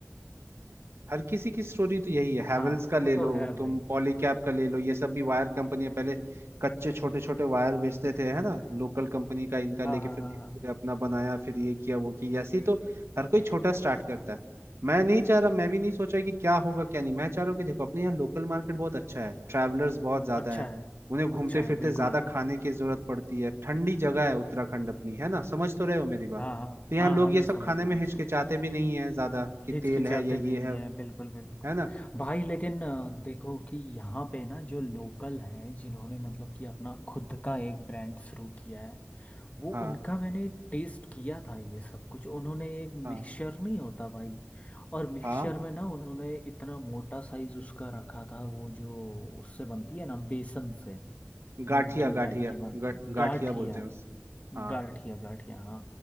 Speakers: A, on the right (about 70°); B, on the left (about 30°).
A: हर किसी की स्टोरी तो यही है हैवेल्स
B: हाँ
A: का ले
B: वो
A: लो
B: तो है
A: तुम
B: भाई
A: पॉलीकैब का ले लो ये सब भी वायर कंपनियां पहले कच्चे छोटे छोटे वायर बेचते थे है ना लोकल कंपनी का इनका
B: हाँ
A: लेके
B: हाँ
A: फिर
B: हाँ
A: धीरे
B: हाँ
A: धीरे अपना बनाया फिर ये किया वो किया ऐसे ही तो हर कोई छोटा स्टार्ट करता है मैं नहीं चाह रहा मैं भी नहीं सोचा कि क्या होगा क्या नहीं मैं चाह रहा हूँ कि देखो अपने यहाँ लोकल मार्केट बहुत अच्छा है ट्रैवलर्स बहुत ज्यादा
B: अच्छा
A: है
B: है
A: उन्हें घूमते
B: अच्छा
A: फिरते
B: है बिल्कुल
A: ज्यादा
B: है
A: खाने की जरूरत पड़ती है ठंडी जगह है उत्तराखंड अपनी है ना समझ तो रहे हो मेरी बात
B: हाँ हाँ
A: तो यहाँ
B: हाँ
A: लोग
B: हाँ मैं
A: ये सब
B: समझ
A: खाने
B: रहा
A: में
B: हूँ
A: हिचकिचाते
B: समझ
A: भी नहीं है ज्यादा कि
B: हिचकिचाते
A: तेल है या ये
B: भी नहीं
A: है
B: है बिल्कुल बिल्कुल
A: है ना
B: भाई लेकिन अ, देखो कि यहाँ पे ना जो लोकल हैं जिन्होंने मतलब कि अपना खुद का एक ब्रांड शुरू किया है वो
A: हाँ
B: उनका मैंने टेस्ट किया था ये सब कुछ उन्होंने एक
A: हाँ
B: मिक्सचर नहीं होता भाई और मिक्सचर
A: हाँ
B: में ना उन्होंने इतना मोटा साइज उसका रखा था वो जो उससे बनती है ना बेसन से
A: गाठिया
B: नमकीन
A: गाठिया
B: टाइप की बन
A: ग- गाठिया
B: गाठिया
A: बोलते हैं उस हाँ
B: गाठिया गाठिया हाँ